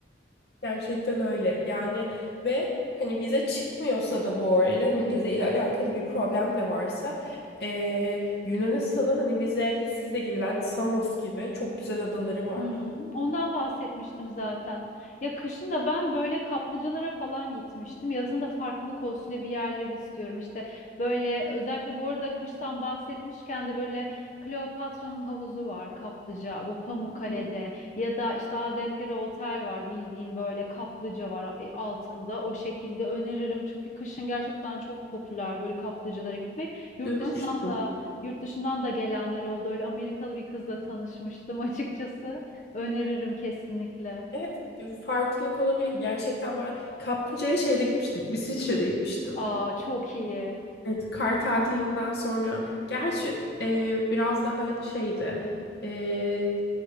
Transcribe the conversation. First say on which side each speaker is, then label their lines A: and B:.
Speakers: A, on the left; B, on the left.
A: Gerçekten öyle. Yani ve hani vize çıkmıyorsa da bu arada hani vizeyle alakalı bir problem de varsa eee Yunanistan'ın hani vizesiz de gidilen Samos gibi çok güzel adaları var.
B: Hı hı. Ondan bahsetmiştim zaten. Ya kışın da ben böyle kaplıcalara falan gitmiştim. Yazın da farklılık olsun diye bir yerler istiyorum. İşte böyle özellikle bu arada kıştan bahsetmişken de böyle Kleopatra'nın havuzu var kaplıca. Bu Pamukkale'de
A: Hı hı.
B: ya da işte Adempire Otel var bildiğin böyle kaplıca var e, altında. O şekilde öneririm çünkü kışın gerçekten çok popüler böyle kaplıcalara gitmek. Yurt
A: Duymuştum.
B: dışından da yurt dışından da gelenler oldu. Öyle Amerikalı bir kızla tanışmıştım <laughs> açıkçası. Öneririm kesinlikle.
A: Evet farklılık olabilir. Gerçekten ben kaplıcaya şeyde gitmiştim. İsviçre'de gitmiştim.
B: Aa çok iyi.
A: Evet, kar tatilinden sonra gerçi e, biraz daha şeydi e,